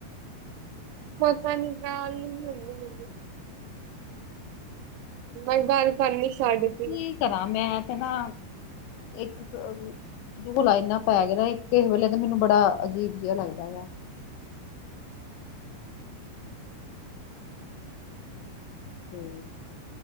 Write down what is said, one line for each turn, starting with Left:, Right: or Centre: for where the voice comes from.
Right: ਪਤਾ ਨਹੀਂ ਜਾਨ ਨਹੀਂ ਦਿੰਦੀ ਮ ਬਸ ਗੱਲ ਕਰਨ ਨੀ ਸਾਡਤੀ।
Left: ਕੀ ਕਰਾਂ ਮੈਂ ਤੇ ਨਾ ਇੱਕ ਗੁਲਾਈ ਇੰਨਾ ਪੈ ਗਿਆਦਾ ਕਿਸੇ ਵੇਲੇ ਤਾਂ ਮੈਨੂੰ ਬੜਾ ਅਜੀਬ ਜਿਹਾ ਲੱਗਦਾ ਵਾ। ਹੂੰ